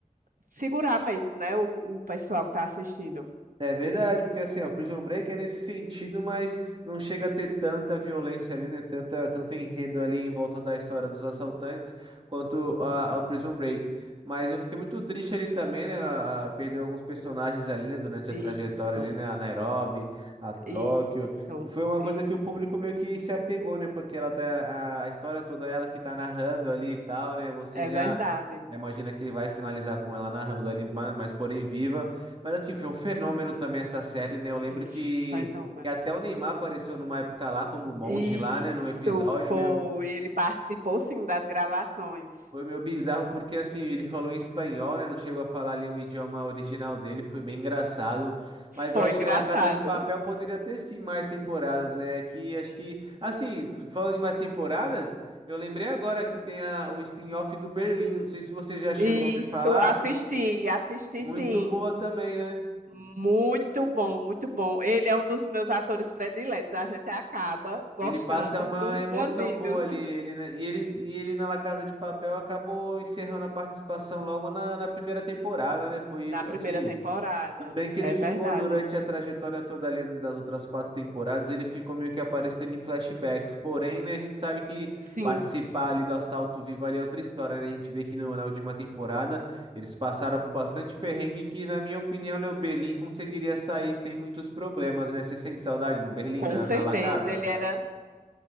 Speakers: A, on the right; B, on the right.
A: segurar mesmo, né, o, o pessoal que está assistindo.
B: É verdade, porque assim, ó, Prison Break é nesse sentido, mas não chega a ter tanta violência ali, né? Tanta, tanto enredo ali em volta da história dos assaltantes quanto a, ao Prison Break. Mas eu fiquei muito triste ali também, né? a- a- perdeu alguns personagens ali, né? Durante
A: Isso,
B: a trajetória ali, né? A Nairobi, a Tóquio.
A: isso,
B: E foi uma coisa
A: isso.
B: que o público meio que se apegou, né? Porque ela tá, a, a história toda é ela que tá narrando ali e tal, né? Você
A: É
B: já.
A: verdade.
B: Imagina que vai finalizar com ela narrando ali, ma- mas porém viva. Mas assim, foi um fenômeno também essa série, né? Eu lembro
A: Um
B: que,
A: fenômeno.
B: que até o Neymar apareceu numa época lá, como monge
A: Isso
B: lá, né? Num episódio
A: foi.
B: meu.
A: Ele participou sim das gravações.
B: Foi meio bizarro, porque assim, ele falou em espanhol, né? Não chegou a falar ali o idioma original dele, foi bem engraçado. Mas
A: Foi
B: eu acho
A: engraçado.
B: que ela Casa de Papel poderia ter sim mais temporadas, né? Que acho que. Assim, falando em mais temporadas, eu lembrei agora que tem a, o spin-off do Berlim. Não sei se você já chegou
A: Isso,
B: a me falar.
A: assisti, assisti
B: Muito
A: sim.
B: boa também, né?
A: Muito bom, muito bom. Ele é um dos meus atores prediletos. A gente acaba gostando
B: Ele passa uma
A: dos
B: emoção
A: bandidos
B: boa ali. Ele, né, e ele, e ele na La Casa de Papel acabou encerrando a participação logo na, na primeira temporada, né? Foi
A: na
B: foi
A: primeira
B: assim.
A: temporada.
B: Tudo bem que ele
A: É
B: ficou
A: verdade.
B: durante a trajetória toda ali das outras quatro temporadas, ele ficou meio que aparecendo em flashbacks. Porém, né, a gente sabe que
A: Sim,
B: participar ali do Assalto Vivo ali é outra história, né? A gente vê que no- na última temporada eles passaram por bastante perrengue que, na minha opinião, né, o Berlim conseguiria sair sem muitos problemas, né? Você sente saudade do Berlim
A: com
B: na,
A: certeza.
B: na La Casa?
A: Ele era.